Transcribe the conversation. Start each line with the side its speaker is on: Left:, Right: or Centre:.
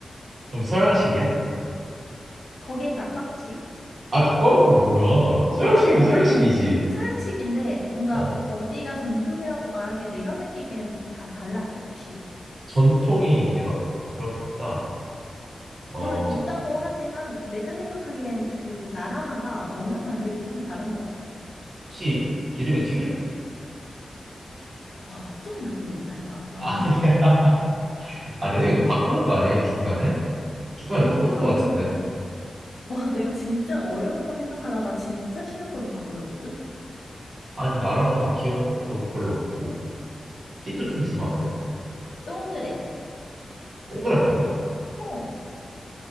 Right: 그럼 서양식이야?
Left: 거기에 가깝지.
Right: 아, 가까운 건 뭐야? 서양식이면
Left: 아, 왜냐면
Right: 서양식이지.
Left: 이 서양식인데 뭔가
Right: 어,
Left: 어디가 전통이라고 말하기에 내가 느끼기엔 다 달라, 조금씩.
Right: 전통이 이렇게 막 그런 게 없다. 어,
Left: 물론 있다고 하지만 내가 생각하기엔 그 나라마다 먹는 방식이 조금 다른 것 같아서.
Right: 혹시 기름에 튀겨?
Left: 아, 어쩜 이렇게 못할까? 아니?
Right: 아니야.
Left: <laughs>
Right: <laughs> 아, 내 생각에 너 바꾸는 거 아니야? 이거 중간에? 중간에
Left: 아니,
Right: 바꾸는
Left: 나는,
Right: 거 같은데?
Left: 와, 내가 진짜 어려운 거 생각하다가 진짜 쉬운 걸로 바꿔줬거든?
Right: 아니 나라마다 기온도 별로 없고 힌트 좀 주면 안 돼?
Left: 동그래.
Right: 동그랗다고?
Left: 어,